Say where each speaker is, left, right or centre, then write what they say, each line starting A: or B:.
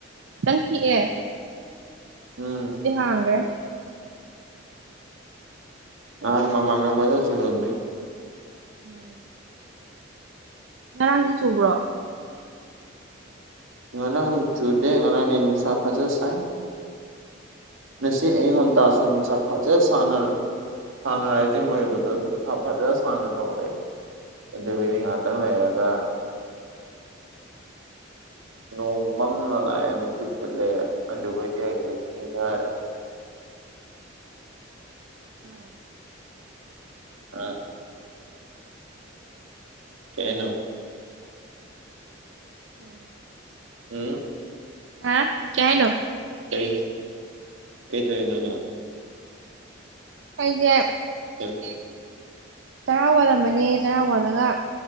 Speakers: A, on the right; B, on the right.
A: ꯈꯤꯇꯪ ꯈꯤꯛꯑꯦ
B: ꯎꯝ
A: ꯑꯗꯨ ꯍꯧꯖꯤꯛ ꯍꯥꯡꯈ꯭ꯔꯦ
B: ꯉꯥꯍꯥꯛ ꯃꯥꯃꯥꯡꯗ ꯐꯖꯅ ꯆꯨꯔꯝꯃꯦ
A: ꯎꯝ ꯉꯔꯥꯡꯗꯤ ꯆꯨꯕ꯭ꯔꯣ
B: ꯏꯅ ꯆꯨꯔꯗꯦ ꯉꯅꯅꯨꯡ ꯁꯥ ꯐꯖ ꯆꯥꯏ ꯅꯁꯤ ꯑꯩꯡꯣꯟ ꯇꯁꯨꯁ ꯐꯖ ꯁꯅ ꯁꯟ ꯔꯥꯏꯖꯤꯡ ꯑꯣꯏꯕꯗꯨꯣ ꯏꯁꯥ ꯐꯖ ꯁꯅ ꯇꯧꯔꯛꯏ ꯑꯗꯨꯗꯨ
A: ꯑꯣ
B: ꯄꯗꯤ ꯉꯥꯇꯪꯂ ꯌꯥꯒ ꯅꯣꯡꯃꯝꯅ ꯂꯥꯛꯑꯦ ꯅꯨꯡꯁꯤꯠ ꯁꯤꯠꯂꯦ ꯑꯗꯨꯒꯗꯤ ꯍꯥꯏꯗꯤꯦ ꯁꯤꯡꯊꯔꯦ <unintelligible>
A: ꯑꯥ
B: ꯑ ꯀꯩꯍꯥꯢꯅꯣ
A: ꯎꯝ
B: ꯎꯝ
A: ꯍꯥ ꯀꯩ ꯍꯥꯏꯅꯣ
B: ꯀꯔꯤ ꯀꯩ ꯇꯧꯔꯤꯅꯣ ꯅꯪ
A: ꯑꯩꯁꯦ
B: ꯑ <inaudible>
A: ꯆꯔꯥ ꯋꯥꯜꯂꯝꯕꯅꯦ ꯆꯔꯥ ꯋꯥꯜꯂꯒ